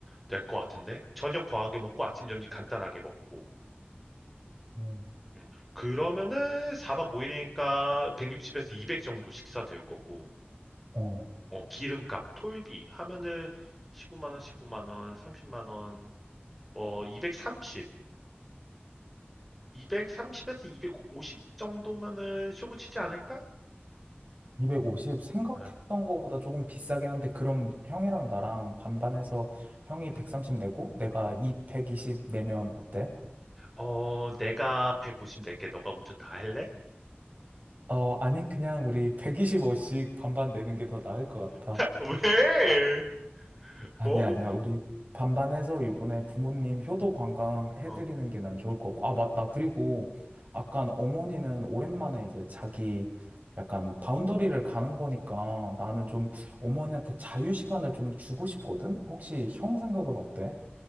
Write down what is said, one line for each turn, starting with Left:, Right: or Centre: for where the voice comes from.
Centre: 될 것 같은데 저녁 거하게 먹고 아침 점심 간단하게 먹고
Right: 음,
Centre: 음, 그러면은 4박 5일이니까 160에서 200 정도 식사 될 거고
Right: 어.
Centre: 어, 기름값, 톨비 하면은 15만 원, 15만 원, 30만 원, 어, 230, 230에서 250 정도면은 쇼부 치지 않을까?
Right: 250 생각했던
Centre: 어.
Right: 거보다 조금 비싸긴 한데 그럼 형이랑 나랑 반반해서 형이 130 내고 내가 이백2 0 내면 어때?
Centre: 어, 내가 150 낼게. 너가 운전 다 할래?
Right: 어, 아니 그냥 우리 125씩 반반 내는 게 더 나을 것 같아.
Centre: <laughs> 왜?
Right: 아니야,
Centre: 어?
Right: 아니야. 우리 반반해서 이번에 부모님 효도 관광 해드리는
Centre: 어.
Right: 게 난 좋을 것 같고. 아, 맞다. 그리고 약간 어머니는 오랜만에 이제 자기 약간 바운더리를 가는 거니까 나는 좀 어머니한테 자유 시간을 좀 주고 싶거든? 혹시 형 생각은 어때?